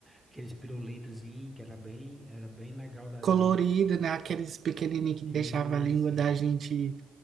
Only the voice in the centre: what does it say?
aqueles pirulitozinhos que era bem, era bem legal da,
da...
Isso,